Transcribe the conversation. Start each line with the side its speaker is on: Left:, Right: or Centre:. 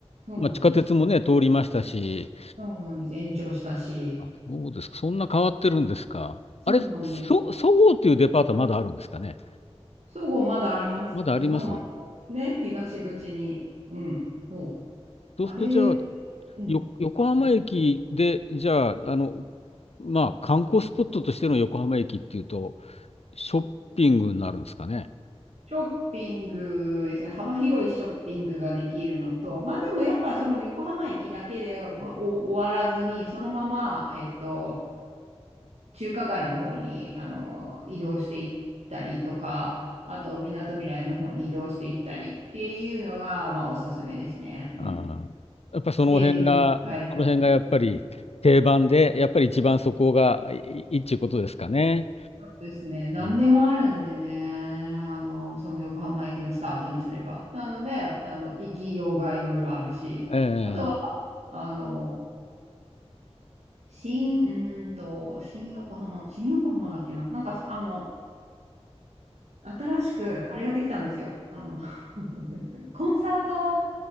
Right: そうなんです。
Left: まあ、地下鉄もね、通りましたし、
Right: そうなんです。延長したし。
Left: あ、そうですか、そんな変わってるんですか。
Right: そうなんです。
Left: あれ、そ、そごうっていうデパートはまだあるんですかね。
Right: そごうまだあります。
Left: まだあります。
Right: 横浜の方ね、東口に。うん、そう。
Left: そうするとじゃあ、
Right: あれ、うん。
Left: よ、横浜駅で、
Right: はい
Left: じゃあ、あの、まあ、観光スポットとしての横浜駅っていうと、ショッピングになるんですかね。
Right: ショッピングですね、幅広いショッピングができるのと、まあでもやっぱそこの横浜駅だけで、まあ、お終わらずに、そのまま、えっと、中華街の方にあの移動していったりとか、あと、みなとみらいの方に移動していったりっていうのが、まあおすすめですね。うん。
Left: あーやっぱりその辺が、
Right: デートにも使えるし。
Left: うんその辺がやっぱり定番で、やっぱり一番そこがいいいいっちゅうことですかね。
Right: そうですね。何でもあるんでね。
Left: うん
Right: あの、その横浜駅のスタートにすれば。なので、あの、行きようがいろいろあるし。
Left: ええ
Right: あとはあの、新、うーんと、新横浜、新横浜だっけななんか、あの、新しく、あれができたんですよ。あの <laughs> コンサート